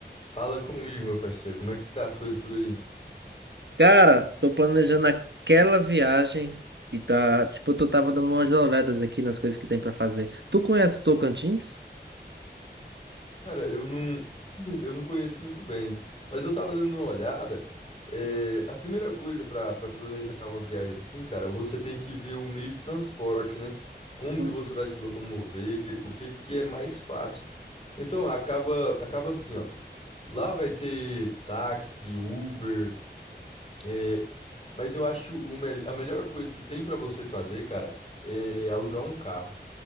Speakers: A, on the left; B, on the right.
A: Fala comigo, meu parceiro, como é que tá as coisas por aí?
B: Cara, tô planejando aquela viagem e tá, tipo, eu tava dando umas olhadas aqui nas coisas que tem pra fazer. Tu conhece o Tocantins?
A: Cara, eu não, eu não conheço muito bem, mas eu tava dando uma olhada. é, a primeira coisa pra pra planejar uma viagem assim, cara, você tem que ver o meio de transporte, né? Como
B: Hum.
A: que você vai se locomover, o que que é mais fácil. Então, acaba, acaba assim, ó. Lá vai ter táxi, Uber, é, mas eu acho o mel- a melhor coisa que tem pra você fazer, cara, é alugar um carro.